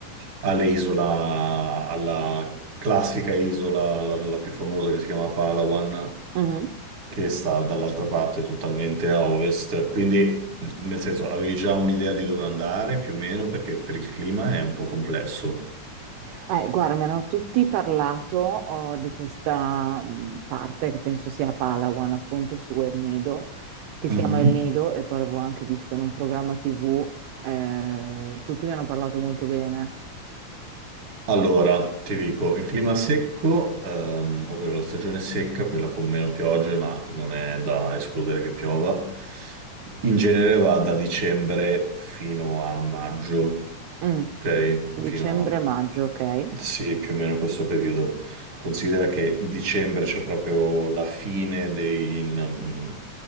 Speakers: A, on the right; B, on the right.
A: alle isola, alla classica isola, la, la più famosa che si chiama Palawan,
B: Eh.
A: che sta dall'altra parte totalmente a ovest, quindi... n- Nel senso, avevi già un'idea di dove andare più o meno perché per il clima è un po' complesso.
B: Eh, guarda, mi hanno tutti parlato, oh, di questa mh, parte che penso sia a Palawan, appunto su El Nido, che si
A: Mhm.
B: chiama El Nido, e poi l'avevo anche visto in un programma TV. eh, tutti mi hanno parlato molto bene.
A: Allora, ti dico, il clima secco, ehm, ovvero la stagione secca, quella con meno piogge, ma non è da escludere che piova, in genere va da dicembre fino a maggio,
B: Mm.
A: ok?
B: Dicembre-maggio,
A: Fino a
B: ok?
A: sì, più o meno questo periodo. Considera che dicembre c'è proprio la fine dei- mm,